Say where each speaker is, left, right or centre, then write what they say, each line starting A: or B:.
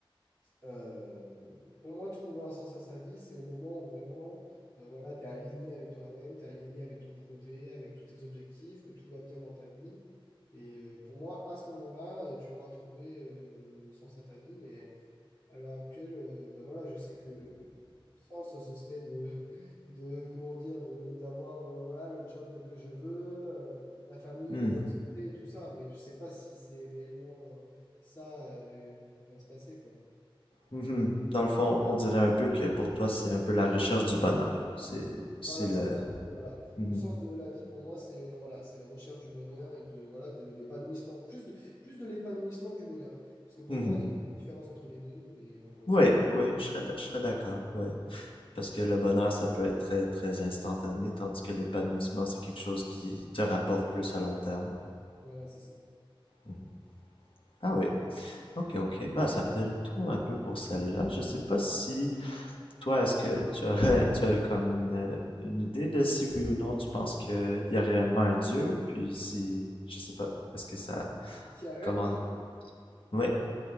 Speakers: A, on the left; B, on the left.
A: Euh, pour moi, trouver un sens à sa vie, c'est au moment où vraiment, euh, voilà, tu es aligné avec toi-même, tu es aligné avec ton projet, avec tous tes objectifs, que tout va bien dans ta vie. Et euh, pour moi, à ce moment-là, euh, tu auras trouvé euh, le sens à ta vie. Mais à l'heure actuelle, euh, bah voilà, je sais que sens, ce serait de, <laughs> de comment dire, de, d'avoir euh, voilà, le job que je veux, euh, la famille
B: Hmm.
A: en bonne santé, tout ça, mais je sais pas si c'est réellement euh, ça euh, qui va se passer, quoi.
B: Mhm. Dans le fond, on dirait un peu que pour toi, c'est un peu la recherche du bonheur. C'est, c'est
A: Voilà,
B: le.
A: c'est ça. Voilà.
B: Mhm.
A: Le sens de la vie, pour moi, c'est la, voilà, c'est la recherche du bonheur et de, voilà, de l'épanouissement. Plus de, plus de l'épanouissement que du bonheur. Parce que pour
B: Mhm.
A: moi, il y a une différence entre les deux, mais encore
B: Oui,
A: une fois, c'est pas-
B: oui, je serais, je serais d'accord. Oui.
A: Voilà,
B: Parce que le bonheur, ça peut être très, très instantané, tandis que l'épanouissement, c'est quelque chose qui te rapporte plus à long terme.
A: Voilà, c'est ça.
B: Mhm. Ah oui. Ok, ok. Bah, ça fait le tour un peu pour celle-là. Je sais pas si Toi, est-ce que tu aurais, <laughs> tu as comme une, euh, une idée de si oui ou non tu penses qu'il
A: Ouais.
B: y a réellement un Dieu? Puis si, je sais pas, est-ce que ça,
A: S'il y a réellement
B: comment, ouais.